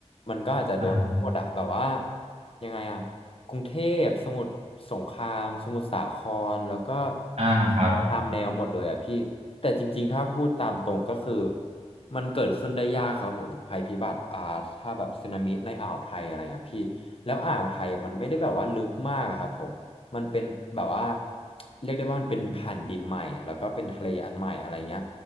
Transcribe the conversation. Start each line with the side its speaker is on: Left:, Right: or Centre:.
Left: มันก็อาจจะโดนทั้งหมดอะแบบว่า
Right: อ่า
Left: ยังไงอะกรุงเทพสมุทรสงครามสมุทรสาครแล้วก็
Right: อ่าครับ
Left: ตามแนวหมดเลยอะพี่แต่จริงๆถ้าพูดตามตรงก็คือมันเกิดขึ้นได้ยากครับผมภัยพิบัติอ่าถ้าแบบสึนามิในอ่าวไทยอะไรเงี้ยพี่แล้วอ่าวไทยอะมันไม่ได้แบบว่าลึกมากอะครับผม มันเป็นแบบว่าเรียกได้ว่ามันเป็นแผ่นดินใหม่แล้วก็เป็นทะเลอันใหม่อะไรเงี้ย